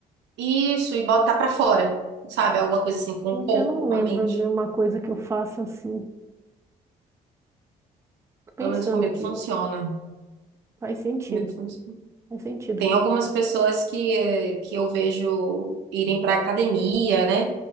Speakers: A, on the right; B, on the right.
A: Isso, e botar pra fora, sabe? Alguma coisa assim com o corpo,
B: Eu não lembro
A: com a mente.
B: de uma coisa que eu faça assim. Tô pensando
A: Pelo menos comigo
B: aqui,
A: funciona.
B: faz sentido,
A: Comigo funciona.
B: faz sentido.
A: Tem
B: funciona.
A: algumas pessoas que, eh, que eu vejo irem para academia, né?